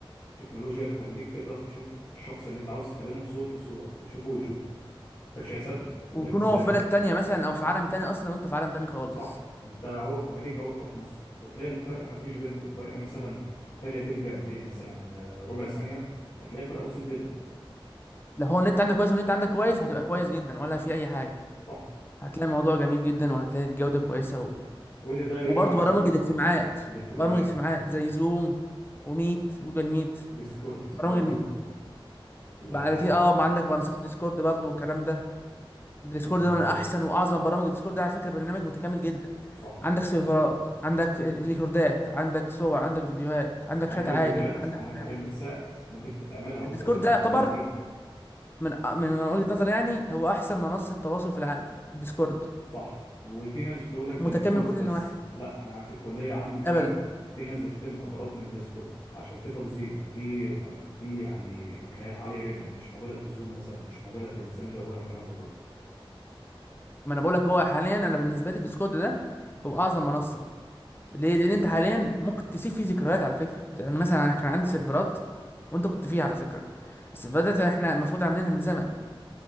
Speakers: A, on the left; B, on the left.
A: تكنولوجيا تخليك تقدر تشوف الشخص اللي أنت عاوز تكلمه بصوت وصورة تشوفه ويشوفك كانش هيصدق يقول
B: ويكون
A: لك إزاي
B: هو في بلد تانية مثلا او في عالم تاني اصلا وانت في عالم تاني خالص
A: صح أنت هو في أمريكا وأنت في مصر وتلاقي الفرق ما فيش بينكم الفرق مثلا فرق بينك قد إيه مثلا آه، ربع ثانية هتلاقي فرق بسيط جدا
B: لو هو النت عندك كويس والنت عندك كويس هتبقى كويس جدا ولا في اي حاجه
A: صح
B: هتلاقي الموضوع جميل جدا وهتلاقي الجوده كويسه و...
A: كل ده يرجع
B: وبرضه
A: بفضل
B: برامج الاجتماعات
A: الإلكترونيات
B: برامج الاجتماعات زي
A: صح
B: زوم وميت جوجل ميت
A: ديسكورد
B: برامج
A: برضو
B: الم...
A: الألعاب
B: بعد كده اه ما عندك منصات الديسكورد برضه والكلام ده الديسكورد
A: ال-
B: ده من احسن واعظم برامج الديسكورد ده على فكره برنامج متكامل جدا
A: صح
B: عندك سيرفرات عندك ريكوردات عندك صور عندك فيديوهات عندك
A: عندك
B: شات عادي
A: بوتات
B: عندك
A: عندك
B: مكالمات
A: حاجات بتساعد ممكن انت تعملها وتزودها
B: الديسكورد ده
A: وتعدل
B: يعتبر
A: فيها
B: من من وجهة نظري يعني هو احسن منصة تواصل في العالم الديسكورد
A: صح وفي ناس بتقول لك ده
B: متكامل
A: للجيمرز
B: من كل
A: بس
B: النواحي
A: لا انا في الكليه عندي فيه
B: ابدا
A: في ناس بتدي محاضرات من ديسكورد عشان في تنظيم وفي آه، في يعني امكانيات عاليه جدا مش موجوده في الزوم مثلا مش موجوده في الماسنجر ولا الكلام ده كله
B: ما انا بقول لك هو حاليا انا بالنسبه لي ديسكورد ده هو اعظم منصه ليه لان انت حاليا ممكن تسيب فيه ذكريات على فكره ده انا مثلا أنا كان عندي
A: صح
B: سيرفرات وانت كنت فيها على فكره السيرفرات دي احنا المفروض عاملينها من زمن